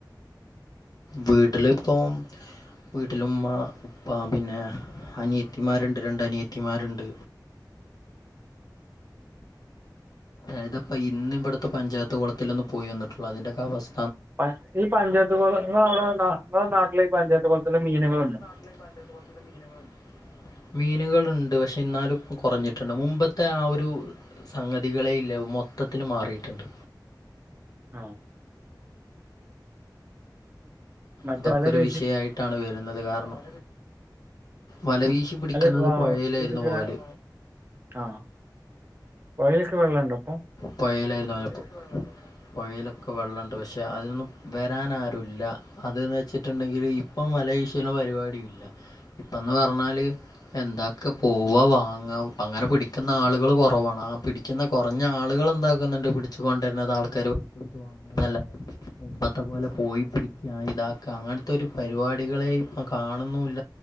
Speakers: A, on the left; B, on the right.
A: വീട്ടിലിപ്പം വീട്ടില് മ്മ പ്പ പിന്നെ അനിയത്തിമാര്ണ്ട് രണ്ട് അനിയത്തിമാര്ണ്ട് ഏതപ്പ ഇന്ന് ഇവിട്ത്തെ പഞ്ചായത്ത് കുളത്തിലൊന്ന് പോയി വന്നിട്ടുള്ളൂ അതിന്റൊക്കവസ്
B: പഞ് ഈ പഞ്ചായത്ത് കൊള ഇങ്ങളെ അവ്ടെ ന്താ നിങ്ങളെ നാട്ടില് ഈ പഞ്ചായത്ത് കൊളത്തില് മീനുകളുണ്ടാ
A: പഞ്ചായത്ത് കൊളത്തില് മീനുകള്ണ്ടാ മീനുകളുണ്ട് പക്ഷെ ഇന്നാലും കൊറഞ്ഞിട്ടുണ്ട് മുമ്പത്തെ ആ ഒരു സംഗതികളേ ഇല്ല മൊത്തത്തില് മാറിയിട്ട്ണ്ട്
B: ആഹ് മറ്റേ
A: അതൊക്കെ
B: വല
A: ഒരു
B: വീശി
A: വിഷയായിട്ടാണ് വരുന്നത് കാരണം വലവീശി പിടിക്കുന്നത്
B: വല
A: പൊഴയിലായിരുന്നു
B: വീട്ടിക്കൂടെ
A: പോവല്
B: ആഹ് പൊഴയിലൊക്കെ വെള്ളണ്ടാ ഇപ്പം
A: പൊഴയിലായിരുന്നു അപ്പോ പൊഴയിലൊക്കെ വെള്ളണ്ട് പക്ഷെ അതിലൊന്നും വരാന് ആരൂല്ല അത് ന്ന് വെച്ചിട്ടുണ്ടെങ്കില് ഇപ്പൊ വല വീശ്ണ പരിപാടി ഇല്ല ഇപ്പന്ന് പറഞ്ഞാല് എന്താക്കാ പോവ വാങ്ങ അങ്ങനെ പിടിക്ക്ന്ന ആള്കള് കൊറവാണ് ആ പിടിക്ക്ന്ന കൊർഞ്ഞ ആള്കള് എന്താക്ക്ന്ന്ണ്ട് പിട്ച്ച് കൊണ്ടര്ന്നത് ആൾക്കാര് പൈസോട്ത് വാ ല്ലാതെ ഇപ്പത്തെ പോലെ പോയി പിട്ക്ക്യാ ഇതാക്കാ അങ്ങൻത്തൊരു പരിപാടികളെ പ്പ കാണുന്നൂല്